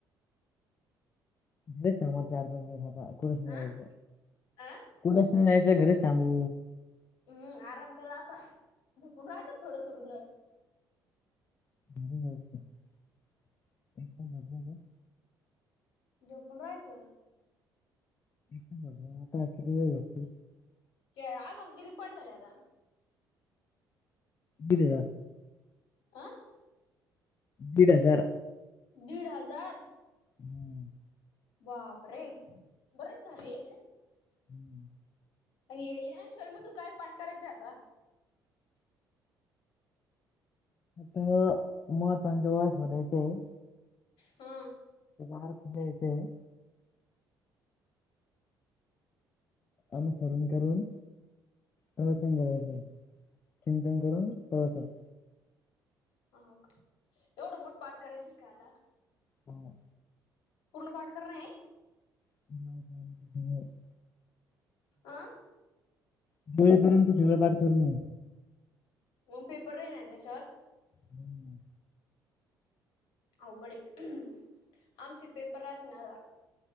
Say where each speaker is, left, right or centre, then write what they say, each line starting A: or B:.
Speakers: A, on the left (about 30°); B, on the left (about 80°).
A: <unintelligible> कुठेच नाही
B: आ
A: जायचं
B: आ
A: कुठच नाही जायचं घरच थांबू
B: हम्म आराम करा आता झोपण राहयत थोडस रुद्र
A: <unintelligible>
B: जोपून राहायचं
A: <unintelligible> किती वेळ झोपते
B: <unintelligible> किती पड झाले आता
A: दीड हजार
B: आ?
A: दीड हजार.
B: दीड हजार!
A: हम्म.
B: बाप रे! बरेच झाले.
A: हम्म.
B: आणि ये इरान शर्मा तू काय पाठ करायच आता?
A: म आता मला पण <unintelligible>
B: हा.
A: पगार द्यायचाय. अनुसरण करून प्रवचन करायचंय. चिंतन करून प्रवचन.
B: हो का? एवढं मोठ पाठ करायच काय आता?
A: हम.
B: पूर्ण पाठ करणये?
A: <unintelligible>
B: आं?
A: <unintelligible> पर्यंत सगळं पाठ करणय.
B: मग पेपर राहिणार ना त्याच्यावर?
A: हम्म.
B: अवघडये. आमचे पेपर राहते ना.